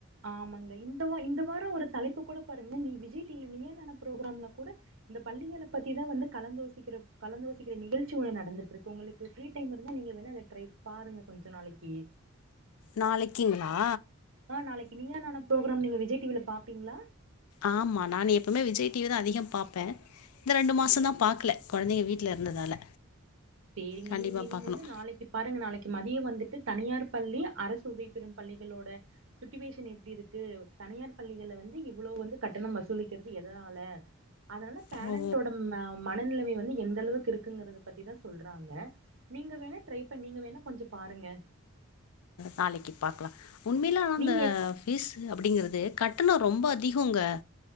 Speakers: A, on the right; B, on the left.
A: ஆமாங்க இந்த இந்த வாரோ ஒரு தலைப்பு கூட பாருங்க நீ விஜய் டிவ நீ என்ான பரோராம்ல கூட இந்த பள்ளிகளை பத்திதான் வந்து கலந்துோசிக்கிற கலந்துோசிக்கிற நிகழ்ச்சி ஒண்ணு நடந்துட்டு இருக்கு உங்களுக்கு ஃப்ரீ டைம் இருந்த நீங்க வேணும் அதை ட்ரை பாருங்க கொஞ்ச நாளைக்கு
B: நாளைக்குங்ளா
A: ஆ நாளைக்கு நீயான பரக்ராம் நீங்க விஜய்டிவில பா அப்டிங்களா
B: ஆமா நான் எப்பவுமே விஜய் டிவிதான் அதிகம் பாார்ப்பே இந்த ரெண்டு மாசோ தான் பாக்கல கொழந்தைங்க வீட்ல இருந்ததால
A: செரிங்க
B: கண்டிப்பா
A: நீங்க நீங்க
B: பாக்கணும்
A: வந்து நாளைக்கு பாருங்க நாளைக்கு மதியோ வந்து தனியார் பள்ளி அரசு உதவி பெறும் பள்ளிகளோட சிட்டுவேஷன் எப்டி இருக்கு தனியார் பள்ளிகள வந்து இவ்வளவு வந்து கட்டணம் வசூலிக்கிறது எதனால அதனால பேரண்டோட
B: ஓ
A: மனநிலைமை எந்த அளவுக்கு இருக்குங்கத பத்தி தான் சொல்றாங்க நீங்க வேணா ட்ரை பண்ணி நீங்க வேணா கொஞ்சோ பாருங்க
B: நாளைக்கி பாக்கலா உண்மையில ஆனால் அந்த
A: நீங்க எப்
B: ஃபீஸ் அப்படிங்கிறது கட்டணோ ரொம்ப அதிகங்க